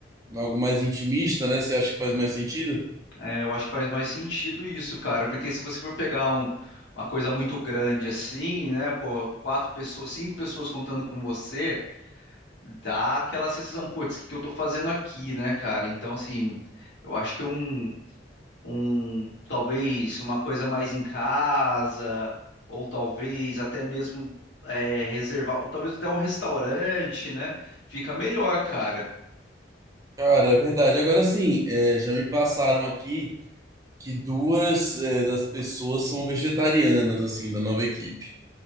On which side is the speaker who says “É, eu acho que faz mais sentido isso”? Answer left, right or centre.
Left